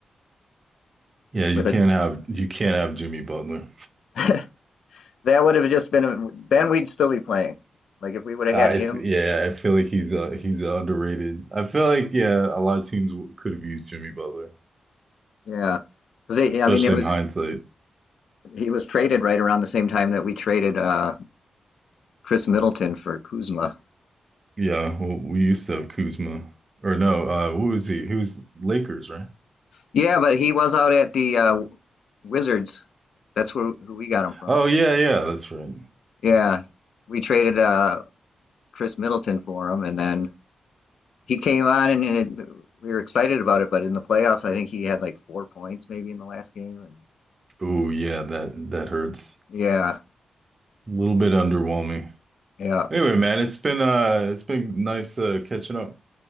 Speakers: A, on the right; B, on the left.
A: Yeah, you
B: with
A: can't
B: a
A: have you can't have Jimmy Butler.
B: <laughs> that would have just been a, then we'd still be playing. Like if we would have
A: I
B: had him,
A: yeah, I feel like he's uh he's underrated. I feel like yeah, a lot of teams w- could have used Jimmy Butler,
B: yeah, because
A: especially
B: I mean it was
A: in hindsight.
B: he was traded right around the same time that we traded uh, Chris Middleton for Kuzma.
A: Yeah, well, we used to have Kuzma, or no, uh, who was he? He was Lakers, right?
B: Yeah, but he was out at the uh, Wizards. That's where who we got him from.
A: Oh yeah, yeah, that's right.
B: Yeah, we traded uh, Chris Middleton for him, and then he came on, and, it, we were excited about it. But in the playoffs, I think he had like four points maybe in the last game. And
A: Oh yeah, that that hurts.
B: yeah,
A: A little bit underwhelming.
B: yeah,
A: Anyway, man, it's been uh it's been nice uh catching up.